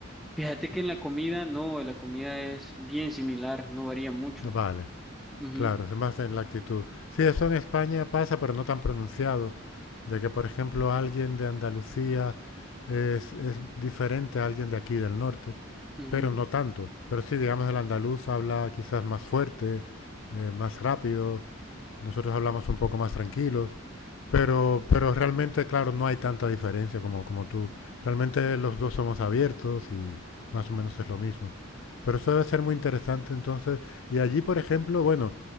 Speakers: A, in the centre; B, on the left.
A: Fíjate que en la comida, no, en la comida es bien similar, no varía mucho.
B: Vale,
A: Ujú,
B: claro, se basa en la actitud. Sí, eso en España pasa, pero no tan pronunciado de que, por ejemplo, alguien de Andalucía es, es diferente a alguien de aquí del norte,
A: ujú.
B: pero no tanto. Pero sí, digamos, el andaluz habla quizás más fuerte, eh, más rápido, nosotros hablamos un poco más tranquilos, pero, pero realmente, claro, no hay tanta diferencia como, como tú. Realmente los dos somos abiertos y más o menos es lo mismo. Pero eso debe ser muy interesante entonces. Y allí, por ejemplo, bueno,